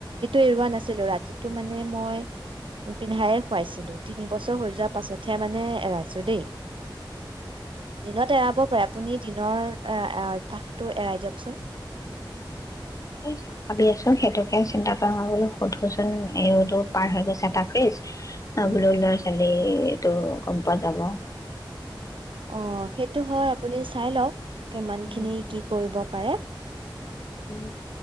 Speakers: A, on the right (about 80°); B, on the left (about 40°).
A: এৰুৱা নাছিলো ৰাতি তু মানে মই পিন্ধাই খুৱাইছিলোঁ তিনি বছৰ হৈ যোৱাৰ পাছতহে মানে এৰাইছোঁ দেই দিনত এৰাব পাৰে আপুনি দিনৰ এ অভ্যাসটো এৰাই দিয়কচোন
B: স ভাবি আছো সেইটোকে চিন্তা কৰা ন বোলো সোধোচোন এইতো পাৰ হৈ গৈছে এটা ফ্ৰিজ
A: উম
B: অব ল চাগ এইটো গম পোৱা যাব
A: অ সেইটো হয় আপুনি চাই লওক কিমান
B: উম
A: খিনি
B: উম
A: কি কৰিব পাৰে
B: উম